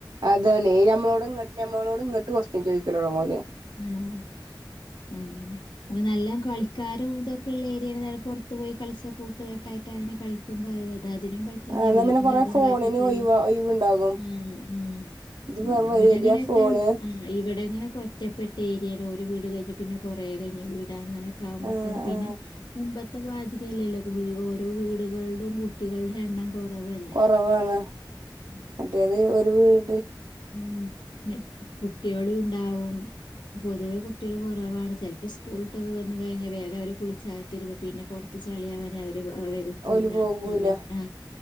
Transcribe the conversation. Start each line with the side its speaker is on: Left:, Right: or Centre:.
Right: അതാണ് ഞമ്മളോട് ഇങ്ങട്ട് ഞമ്മളോട് ഇങ്ങോട്ട് കൊസ്ടിയൻ ചോദിക്കണ് <unintelligible>
Left: ആഹ് അങ്ങനെ നല്ല കളിക്കാരും ഇതൊ പിള്ളേര് ഇന്നലെ പുറത്ത് പോയി കളിച്ച് കൂട്ടുകെട്ടായിട്ട് അതിനെ കളിക്കുമ്പോൾത് അത് അതിനും പറ്റില്ല
Right: ആഹ് എന്നാ
Left: വീട്ടിൽ
Right: പിന്നെ കൊറേ
Left: അതും
Right: ഫോണിന്
Left: പറ്റത്തില്ല
Right: ഒഴിവ് ഒഴിവുണ്ടാകും
Left: ആ ആ
Right: ഇത്
Left: അങ്ങനെ
Right: വരിയാ
Left: അവിടെ എങ്ങനെയൊക്കെ
Right: ഫോണ്
Left: ആ ഇവിടെങ്ങനെ ഒറ്റപ്പെട്ട ഏരിയാണ് ഒരു വീട് കഴിഞ്ഞ് പിന്നെ കുറേ കഴിഞ്ഞ് വീടാ അങ്ങനെ കാമ്പത്തേ
Right: ആഹ്
Left: പിന്നെ
Right: ആഹ്
Left: മുമ്പ് ബാധ്യയല്ലല്ലോ ഓരോ വീടുകളടും കുട്ടികളുടെ എണ്ണം കൊറവല്ലേ
Right: കുറവാണ്
Left: ഉം
Right: മറ്റേത് ഒരു വീട്
Left: ഉം കുട്ടികളും ഉണ്ടാവും പൊതുവെ കുട്ടികൾ കുറവാണ് ചെൽപോ സ്കൂൾ വിട്ട് വന്ന് കഴിഞ്ഞാൽ വേഗം അവര് കുളിച്ച് അകത്ത് കേറും പിന്നെ പുറത്ത് ചളി യവൻ അവരെ അവര് വരുത്തൂല്ല
Right: ഓല് പോകൂല
Left: അങ്ങനെ ആ